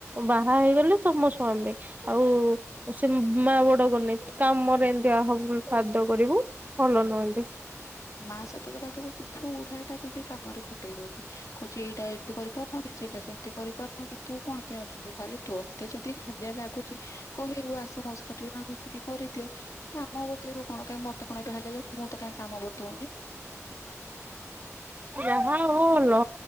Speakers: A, on the right; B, on the left.
A: ବାହା ହେଇଗଲେ ତମ ସ୍ୱାମୀ। ଆଉ ସେ ମା ବଡ କରିନାଇଁ କାମରେ ଏନ୍ତିଆ ହବୁନ୍। ଖାଦ କରିବୁ ଭଲ ନୁହନ୍ତି।
B: ମା ସହିତ ତ ବାଦ କରୁଛି ବୁଢାଟାକୁ ବି କାମରେ ଖଟେଇ ଦଉଛି କହୁଛି ଏଇଟା ଏଇ ଟି କରିପାରୁନ କି ସେଇଟା ସେମତି କରିପାରୁନ କି ତୁ କଣ କିଆଁ ଅଛୁ ଯେ ତାହେଲେ ତୋତେ ଯଦି ହାଲିଆ ଲାଗୁଚି। କହିବୁ ଆସ ମୋ ସହିତ ଟିକେ ନା ମିଶିକି କରିଦିଅ। କାମ ବତେଇବ କଣ କାଇଁ ମତେ କଣ ଏବେ ହାଲିଆ ଲାଗୁନି ମୁଁ ତ କାଇଁ କାମ ବତଉନି।
A: ଯାହା ହବ ଭଲ